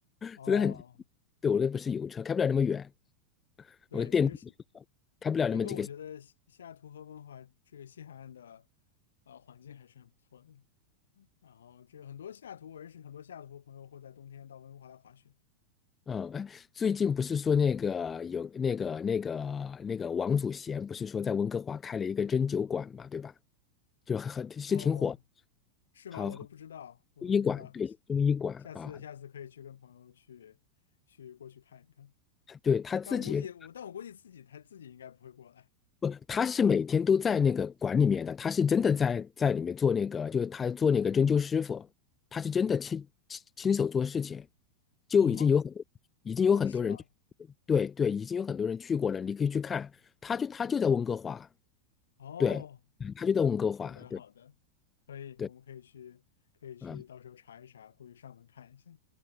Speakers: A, on the left; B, on the left.
A: 哦，
B: 真的很，对我那不是油车，开不了那么远，
A: 对，
B: 我电
A: 其实是
B: 开不了那么几个。
A: 整个我觉得西西雅图和温哥华这个西海岸的呃环境还是很不错的。然后这个很多西雅图，我认识很多西雅图朋友会在冬天到温哥华来滑雪。
B: 嗯，哎，最近不是说那个有那个那个那个王祖贤，不是说在温哥华开了一个针灸馆嘛，对吧？就很很是挺火，
A: 哦，是吗？
B: 好，
A: 我都不知道，
B: 中
A: 我都不知道。
B: 医馆，
A: 可惜，
B: 对，中医馆啊，
A: 下次下次可以去跟朋友去去过去看一看。
B: 对他自己
A: 但我估计我但我估计自己他自己应该不会过来。
B: 不，他是每天都在那个馆里面的，他是真的在在里面做那个，就是他做那个针灸师傅，他是真的亲亲亲手做事情，就已经有很
A: 啊，
B: 已经有很多人，
A: 哦，是吗？
B: 对对，已经有很多人去过了，你可以去看，他就他就在温哥华。
A: 哦，
B: 对，他就在温哥华，
A: 好的，
B: 对
A: 好的，可以，我们可以去，
B: 对，
A: 可以去，
B: 啊，
A: 到时候查一查，过去上门看一下。